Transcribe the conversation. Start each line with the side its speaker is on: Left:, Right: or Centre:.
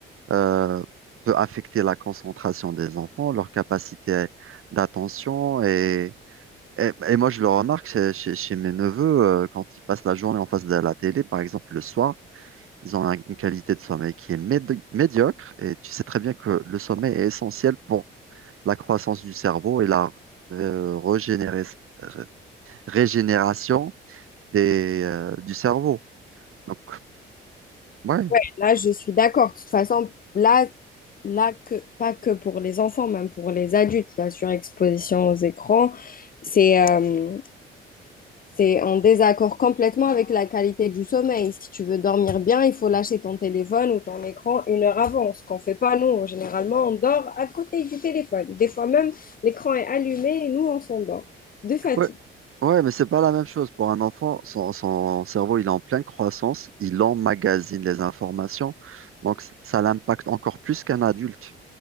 Right: euh, peut affecter la concentration des enfants, leur capacité d'attention. Et, et, et moi, je le remarque chez, chez- chez mes neveux, euh, quand ils passent la journée en face de la télé, par exemple le soir, ils ont un- une qualité de sommeil qui est médi- médiocre. Et tu sais très bien que le sommeil est essentiel pour la croissance du cerveau et la euh, régénérer- ré- régénération des, euh, du cerveau. Donc, ouais.
Left: Ouais, là, je suis d'accord. De toute façon, là, là que, pas que pour les enfants, même pour les adultes, la surexposition aux écrans, c'est euh, C'est en désaccord complètement avec la qualité du sommeil. Si tu veux dormir bien, il faut lâcher ton téléphone ou ton écran une heure avant, ce qu'on ne fait pas nous. Généralement, on dort à côté du téléphone. Des fois même, l'écran est allumé et nous, on s'endort de fatigue.
Right: Ouais, ouais, mais c'est pas la même chose. Pour un enfant, son, son cerveau, il est en pleine croissance, il emmagasine les informations, donc c- ça l'impacte encore plus qu'un adulte.